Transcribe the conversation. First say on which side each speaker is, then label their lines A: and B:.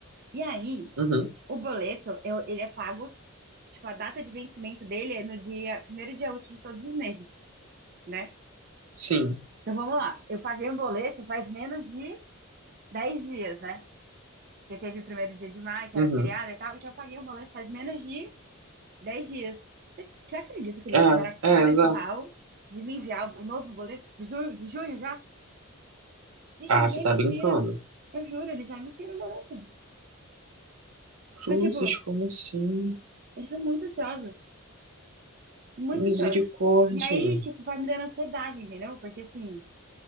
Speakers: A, on the right (about 45°); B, on the right (about 80°).
A: E aí,
B: uhum,
A: o boleto, eu, ele é pago. Tipo, a data de vencimento dele é no dia, primeiro dia útil de todos os meses, né?
B: sim,
A: Então vamos lá. Eu paguei um boleto faz menos de 10 dias, né? Porque teve o primeiro dia de maio, que
B: uhum.
A: era feriado e tal. Então eu paguei um boleto faz menos de Dez dias. Você, você acredita que ele
B: Ah,
A: já tiveram a
B: é,
A: cara
B: exato.
A: de pau de me enviar o novo boleto de junho, de junho já? Gente,
B: Ah,
A: eles
B: você
A: já emitiram.
B: tá brincando.
A: Eu juro, eles já emitiram o boleto.
B: Cruzes,
A: Então, tipo,
B: como assim?
A: eles são muito ansiosos. Muito
B: Misericórdia.
A: ansiosos. E aí, tipo, vai me dando ansiedade, entendeu? Porque, assim,